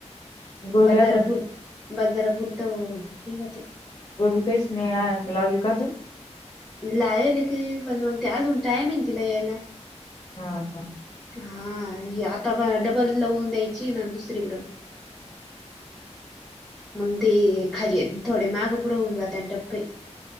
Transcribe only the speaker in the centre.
बाजारापर,
बाजारापुरतं निगते
लायल काही, पण मग ते आजन टायम आहे न तिला यायला.
हा, आता डबल लावून द्यायची ना दुसरीकडं मग ते खाली थोडे, मागं पुढे होऊन जात आणि टप्पे